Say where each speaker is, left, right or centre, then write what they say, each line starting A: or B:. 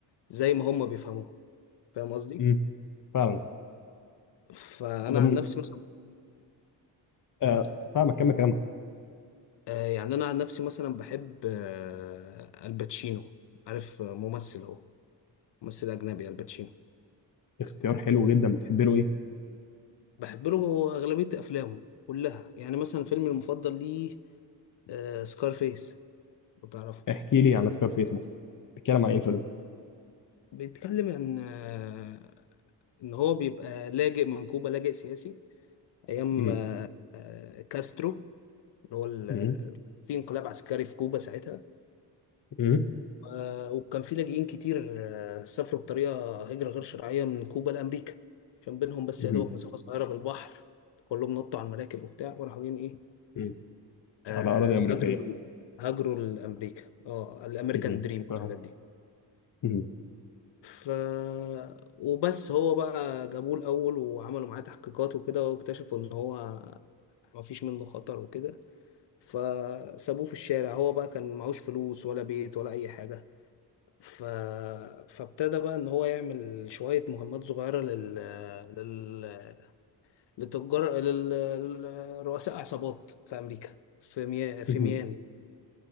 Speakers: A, on the left (about 65°); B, on the left (about 45°).
A: زي ما هم بيفهموها فاهم قصدي
B: امم فعلا
A: فانا
B: وده
A: عن
B: م...
A: نفسي مثلا
B: آه فاهمك كمل كلامك
A: آه، يعني انا عن نفسي مثلا بحب آه، الباتشينو عارف آه، ممثل هو ممثل اجنبي الباتشينو
B: اختيار حلو جدا بتحب له ايه
A: بحب له اغلبيه افلامه كلها يعني مثلا فيلمي المفضل ليه سكارفيس لو تعرفه
B: احكي لي عن سكار فيس مثلا بيتكلم عن ايه الفيلم
A: بيتكلم عن آه، ان هو بيبقى لاجئ من كوبا لاجئ سياسي ايام
B: امم
A: آه، آه، كاسترو اللي هو ال-
B: امم
A: آه، في انقلاب عسكري في كوبا ساعتها
B: امم
A: آه، وكان في لاجئين كتير آه، سافروا بطريقة هجرة غير شرعية من كوبا لأمريكا كان بينهم بس
B: امم
A: يا دوبك مسافة صغيرة بالبحر كلهم نطوا على المراكب وبتاع وراحوا جايين إيه
B: أمم.
A: آه،
B: على اراضي امريكيه
A: هاجروا هاجروا لأمريكا اه الأمريكان
B: امم
A: دريم
B: فاهم
A: والحاجات دي
B: امم
A: ف وبس هو بقى جابوه الأول وعملوا معاه تحقيقات وكده واكتشفوا إن هو ما فيش منه خطر وكده فسابوه في الشارع هو بقى كان معهوش فلوس ولا بيت ولا أي حاجة ف... فابتدى بقى ان هو يعمل شوية مهمات صغيرة لل... لل... لتجار لل... لرؤساء عصابات في امريكا في مي... في
B: امم
A: ميامي